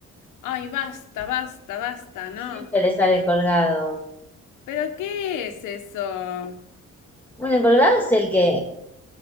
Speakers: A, on the left (about 90°); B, in the centre.
A: Ay, basta, basta, basta, ¿no?
B: Siempre le sale el colgado.
A: ¿Pero qué es eso?
B: Bueno, el colgado es el que